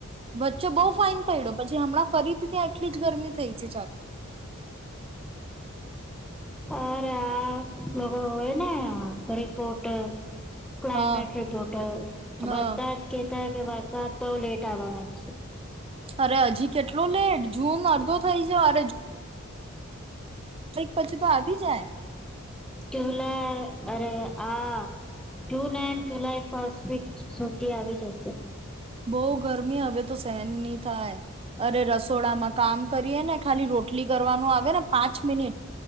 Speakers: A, on the right; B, in the centre.
A: વચ્ચે બહુ ફાઇન પડ્યો પછી હમણાં ફરીથી ત્યાં એટલી જ ગરમી થઈ છે ચાલુ.
B: અરે આ લોકો હોય ને રિપોર્ટર. ક્લાયમેટ
A: હા
B: હે ટોટલ આ
A: હા
B: બધાં કે કારણ કે વરસાદ તો લેટ આવવાના જ છે.
A: અરે હજી કેટલો લેટ જૂન અડધો થઇ જ અરે કઈક પછી ભાગી જાય.
B: જુલાઈ અરે આ June and July first week સુધી આવી જશે.
A: બહુ ગરમી હવે તો સેહેન ની થાય. અરે રસોડામાં કામ કરીએ ને ખાલી રોટલી કરવાનું આવે ને પાંચ મિનિટ